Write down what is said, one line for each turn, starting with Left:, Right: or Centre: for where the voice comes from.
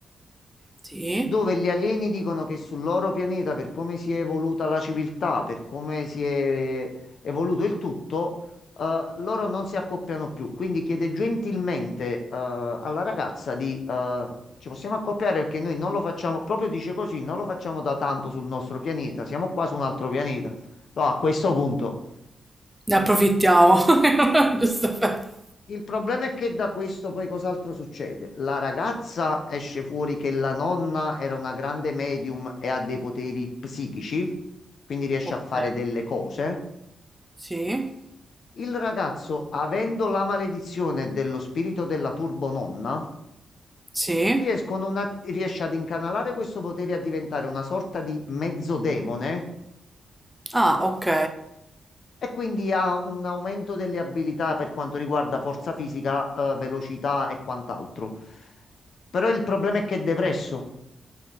Centre: Sì.
Left: dove gli alieni dicono che sul loro pianeta, per come si è evoluta la civiltà, per come si è evoluto il tutto, eh, loro non si accoppiano più. Quindi chiede gentilmente, eh, alla ragazza di, eh, ci possiamo accoppiare perché noi non lo facciamo, proprio dice così, non lo facciamo da tanto sul nostro pianeta, siamo qua su un altro pianeta. No, a questo punto.
Centre: Ne approfittiamo. <laughs> Giusto per...
Left: Il problema è che da questo poi cos'altro succede? La ragazza esce fuori che la nonna era una grande medium e ha dei poteri psichici, quindi riesce
Centre: Ok.
Left: a fare delle cose.
Centre: Sì.
Left: Il ragazzo, avendo la maledizione dello spirito della turbononna,
Centre: Sì.
Left: riescono una- riesce ad incanalare questo potere a diventare una sorta di mezzodemone
Centre: Ah, ok.
Left: e quindi ha un aumento delle abilità per quanto riguarda forza fisica, eh, velocità e quant'altro. Però il problema è che è depresso.